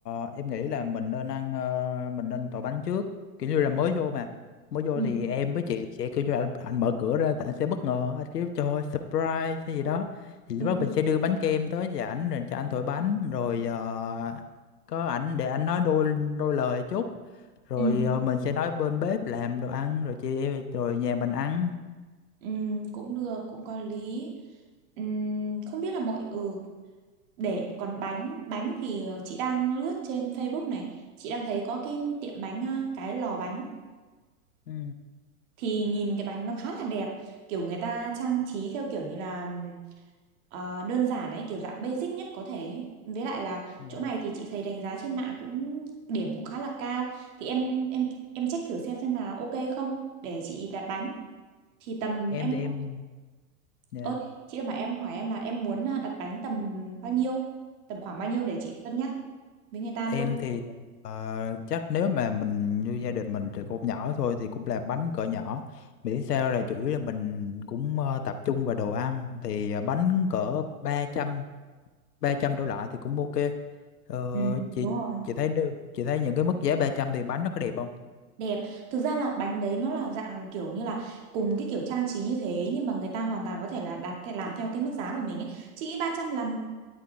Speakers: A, on the left; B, on the right.
A: em nghĩ là mình nên ăn ờ, mình nên tỏi bánh trước kiểu như là mới vô mà mới vô
B: Ừ.
A: thì em với chị sẽ kiểu như là anh, anh mở cửa ra thì anh sẽ bất ngờ anh kiểu cho surprise hay gì đó thì
B: Ừ,
A: lúc đó
B: ừ,
A: mình sẽ đưa bánh kem tới cho ảnh rồi cho anh thổi bánh rồi ờ, có ảnh để anh nói đôi đôi lời chút rồi
B: ừ,
A: ờ, mình sẽ nói bên bếp làm đồ ăn rồi chị em rồi nhà mình ăn
B: ừ, cũng được, cũng có lý. Ừm, không biết là mọi ừ để còn bánh bánh thì ờ, chị đang lướt trên Facebook này chị đang thấy có cái tiệm bánh ờ, cái lò bánh
A: ừ.
B: thì nhìn cái bánh nó khá là đẹp kiểu người ta trang trí theo kiểu như là ừm, ờ, đơn giản ấy kiểu dạng basic nhất có thể với lại là
A: Dạ.
B: chỗ này thì chị thấy đánh giá trên mạng cũng điểm cũng khá là cao thì em em em check thử xem xem là ok không để chị đặt bánh thì tầm
A: em
B: em
A: thì em dạ.
B: ơi chị mà em hỏi em là em muốn ờ, đặt bánh tầm bao nhiêu tầm khoảng bao nhiêu để chị cân nhắc với người ta
A: Em
B: luôn
A: thì ờ, chắc nếu mà mình như gia đình mình từ cũng nhỏ thôi thì cũng làm bánh cỡ nhỏ. Miễn sao là chủ yếu là mình cũng ờ, tập trung vào đồ ăn thì ờ, bánh cỡ ba trăm ba trăm đổ lại thì cũng ok. Ờ,
B: Ừ,
A: chị
B: đúng rồi,
A: chị thấy được, chị thấy những cái mức giá 300 thì bánh nó có đẹp không?
B: đẹp. Thực ra là bánh đấy nó là dạng kiểu như là cùng cái kiểu trang trí như thế nhưng mà người ta hoàn toàn có thể là đặt theo làm theo cái mức giá của mình ấy. Chị nghĩ 300 là